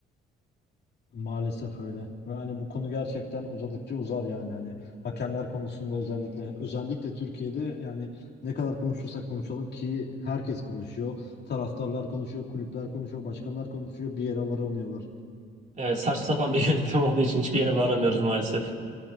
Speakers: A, on the left; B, on the right.
A: Maalesef öyle. Ve hani bu konu gerçekten uzadıkça uzar yani. Hani hakemler konusunda özellikle özellikle Türkiye'de yani ne kadar konuşursak konuşalım ki herkes konuşuyor. Taraftarlar konuşuyor, kulüpler konuşuyor, başkanlar konuşuyor. Bir yere varamıyorlar
B: Evet saçma sapan bir <laughs> yönetim olduğu için hiçbir yere varamıyoruz maalesef.